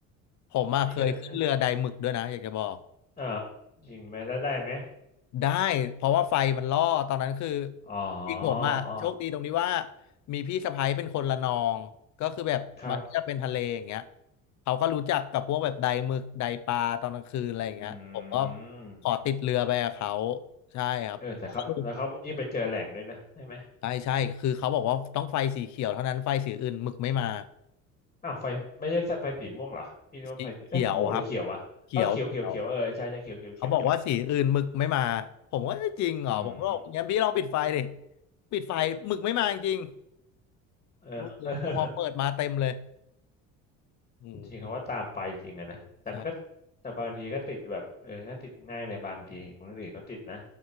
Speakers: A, on the left; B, on the left.
A: ผมอะเคยขึ้นเรือไดหมึกด้วยนะอยากจะบอก
B: พี่ก็เลยเออเอ่อจริงไหมแล้วได้ไหม
A: ได้เพราะว่าไฟมันล่อตอนนั้นคือ
B: อ๋อ
A: จริงๆผมอ่ะโชคดีตรงที่ว่า
B: อ๋อ
A: มีพี่สะใภ้เป็นคนละนองก็คือแบบมันก็จะเป็นทะเลอย่างเงี้ย
B: ครับ
A: เขาก็รู้จักกับพวกแบบไดหมึกไดปลาตอนกลางคืนอะไรอย่างเงี้ยผมก็
B: อืม
A: ขอติดเรือไปกับเขาใช่ครับสนุก
B: เออแต่เขาแล้วเขายิ่งไปเจอแหล่งด้วยนะใช่ไหม
A: ใช่ใช่คือเขาบอกว่าต้องไฟสีเขียวเท่านั้นไฟสีอื่นหมึกไม่มา
B: อ้าวไฟไม่ใช่ไฟสีม่วงเหรอพี่นึกว่าไฟสีเอ๊ะม่วงหรือเขียววะเออเขียวเขียวเขียวเออใช่ใช่เขียวเขียวเขียวเขียว
A: สีเขียวครับเขียว <laughs> เขียวเขาบอกว่าสีอื่นหมึกไม่มาผมว่าเอะจริงเหรอผมก็บอกงั้นพี่ลองปิดไฟดิ
B: อืม
A: ปิดไฟหมึกไม่มาจริงๆโอ้โหแต่พอเปิดมาเต็มเลย
B: เออเออ <laughs>
A: อืม
B: จริงเขาว่าตามไปจริงอะนะแต่มันก็
A: ใช่
B: แต่บางทีก็ติดแบบเออก็ติดง่ายในบางทีคนอื่นเขาติดนะ